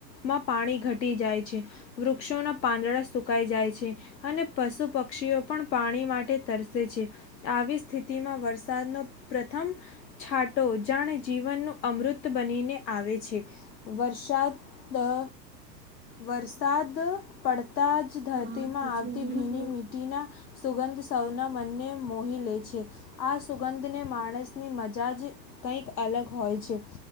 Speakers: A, on the left (about 85°); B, on the right (about 20°).
A: માં પાણી ઘટી જાય છે, વૃક્ષોના પાંદડા સુકાઈ જાય છે અને પશુ પક્ષીઓ પણ પાણી માટે તરસે છે. આવી સ્થિતિમાં વરસાદનો પ્રથમ છાટો જાણે જીવનનું અમૃત બનીને આવે છે. વરસાદ અ વરસાદ પડ તા જ ધરતીમાં
B: થોડા હાથ પછ
A: આવતી
B: લેને
A: ભીની મીઠીના સુગંધ સૌના મનને મોહી લે છે. આ સુગંધને માણસને મ જાજ કંઈક અલગ હોય છે.